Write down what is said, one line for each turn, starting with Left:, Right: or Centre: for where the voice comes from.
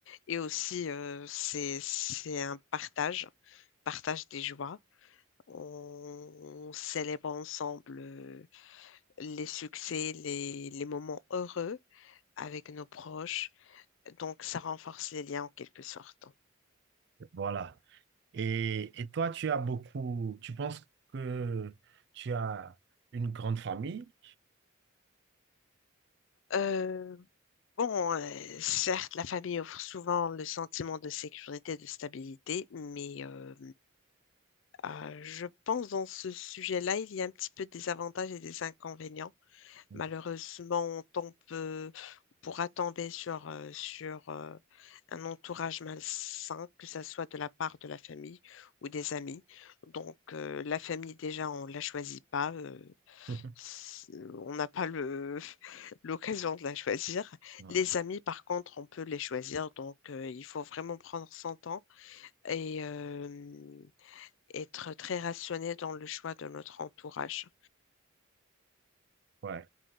Left: Et aussi, euh, c'est, c'est un partage, partage des joies. On, on célèbre ensemble euh, les succès, les, les moments heureux avec nos proches. Donc, ça renforce les liens en quelque sorte.
Right: Voilà. Et, et toi, tu as beaucoup, tu penses que tu as une grande famille?
Left: Euh, Bon, euh, certes, la famille offre souvent le sentiment de sécurité, de stabilité, mais euh, euh, je pense dans ce sujet-là, il y a un petit peu des avantages et des inconvénients.
Right: Mhm.
Left: Malheureusement, on tombe, euh, on pourra tomber sur, euh, sur euh, un entourage malsain, que ce soit de la part de la famille ou des amis. Donc, euh, la famille, déjà, on ne la choisit pas. euh,
Right: <laughs>
Left: c'est- On n'a pas le, <laughs> l'occasion de la choisir.
Right: Ouais,
Left: Les amis, par contre, on peut les choisir, donc euh, il faut vraiment prendre son temps et euh, être très rationné dans le choix de notre entourage.
Right: ouais,